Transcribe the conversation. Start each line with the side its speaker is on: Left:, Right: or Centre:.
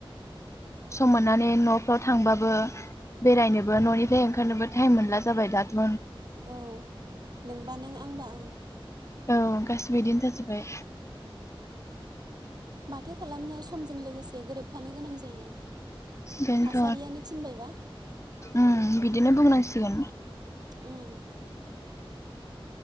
Left: सम मोननानै न'फ्राव थांबाबो बेरायनोबो न'निफ्राय ओंखारनोबो टाइम मोनला जाबाय दाथ'
Right: औ नोंबा नों आंबा आं
Left: औ गासैबो बिदिनो जाजोबबाय
Right: माथो खालामनो समजों लोगोसे गोरोबफानो गोनां जायो
Left: बेनोथ'
Right: थासारियानो थिनबायबा
Left: ओम बिदिनो बुंनांसिगोन
Right: ओम